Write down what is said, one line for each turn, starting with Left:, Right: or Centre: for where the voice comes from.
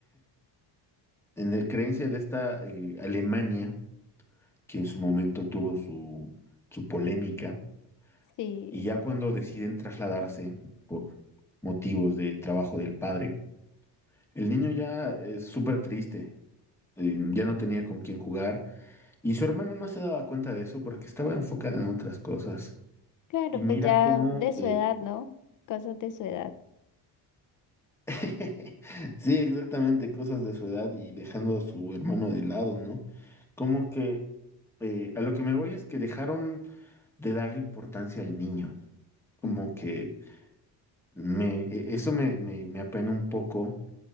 Centre: en la creencia de esta eh, Alemania, que en su momento tuvo su, su polémica
Left: sí.
Centre: Y ya cuando deciden trasladarse por motivos de trabajo del padre, el niño ya es súper triste, eh, ya no tenía con quién jugar y su hermano no se daba cuenta de eso porque estaba enfocada en otras cosas.
Left: Claro,
Centre: Y mira
Left: pues ya
Centre: cómo,
Left: de su
Centre: eh,
Left: edad, ¿no? Cosas de su edad.
Centre: <laughs> sí, exactamente, cosas de su edad y dejando a su hermano de lado, ¿no? Como que eh, a lo que me voy es que dejaron de darle importancia al niño, como
Left: Ujú.
Centre: que Me, e- eso me, me, me apena un poco,